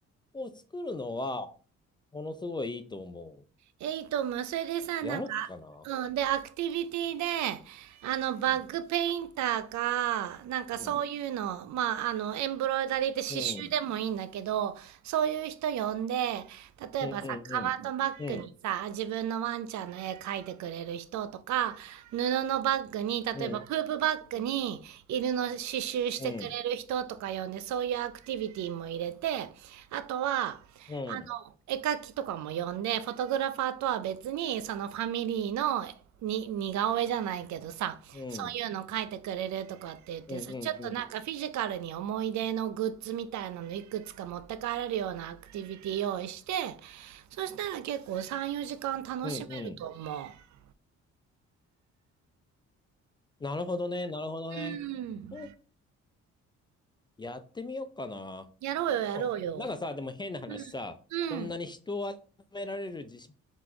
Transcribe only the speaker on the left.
を作るのは、ものすごいいいと思う。
やろっかな。
うん。
うん。
うん。
うん。うん。
うん。
うん。うん。
うん。うん。
うん。
うん。うん。
うん。うんなるほどね。なるほどね。
そうやってみようかな。
うんなんかさ、でも変な話さ、
そんなに人を集められる自信